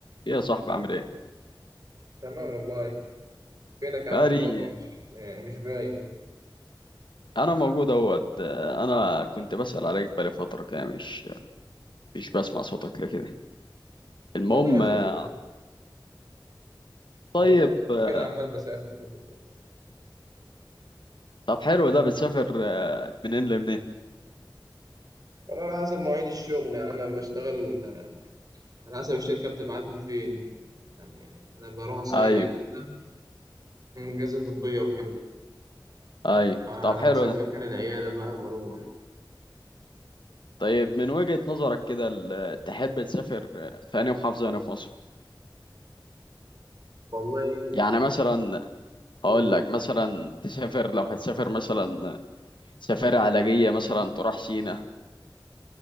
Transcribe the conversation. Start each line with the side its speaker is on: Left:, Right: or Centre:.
Left: إيه يا صاحبي عامل ايه
Right: تمام والله فينك يا
Left: بقالي
Right: عم من فترة مش يعني مش باين
Left: انا موجود اهوت آه، انا كنت بسأل عليك بقالي فترة كده مش مش بسمع صوتك ليه كده المهم
Right: والله مشغول
Left: آه،
Right: بل
Left: طيب
Right: بل
Left: آه،
Right: كده عمال بسافر كل شوية
Left: طب حلو ده بتسافر آه، منين لمنين
Right: والله على حسب مواعيد الشغل يعني أنا بشتغل آه، على حسب الشركة بتبعتني فين يعني أنا بروح أصين
Left: ايوه
Right: أجهزة مم، أجهزة طبية وكده
Left: ايوه
Right: على
Left: طب حلو
Right: حسب
Left: ده
Right: مكان العيادة بقى بروح
Left: طيب من وجهة نظرك كده ال- تحب تسافر آه، في أي محافظة هنا في مصر
Right: والله
Left: يعني
Right: أحسن
Left: مثلا
Right: أقول
Left: هقول لك مثلا تسافر لو هتسافر مثلا سفاري علاجية مثلا تروح سينا